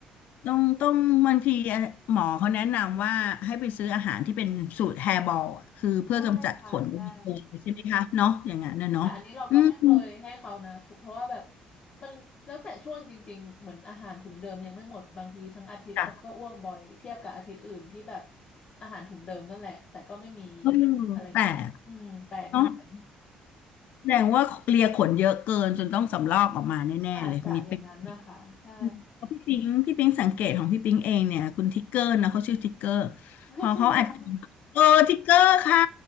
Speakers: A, on the left (about 70°); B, on the left (about 40°).
A: ต้องต้องบางทีหมอเขาแนะนำว่าให้ไปซื้ออาหารที่เป็นสูตรแฮร์บอลคือเพื่อกำจัดขนเองใช่ไหมคะเนาะอย่างนั้นนะเนาะอืม
B: ใช่ค่ะใช่ แต่อันนี้เราก็ไม่เคยให้เขานะคือเพราะว่าแบบมันแล้วแต่ช่วงจริงๆเหมือนอาหารถุงเดิมยังไม่หมดบางทีทั้งอาทิตย์เขาก็อ้วกบ่อยเทียบกับอาทิตย์อื่นที่แบบ
A: จ้ะ
B: อาหารถุงเดิมนั่นแหละแต่ก็ไม่มี
A: เออ
B: อะไรเงี้ยอืมแปลกเหมือนกัน
A: แต่เนาะแสดงว่าเลียขนเยอะเกินจนต้องสำรอกออกมาแน่ๆเลยมีเป็น
B: อาจจะอย่างนั้นนะคะใช่
A: อืมพี่ปิงพี่ปิงสังเกตของพี่ปิงเองเนี่ยคุณทิกเกอร์นะเขาชื่อทิกเกอร์
B: ไม่ใช่นารัส
A: พอเขาอัดเออทิกเกอร์ค่ะ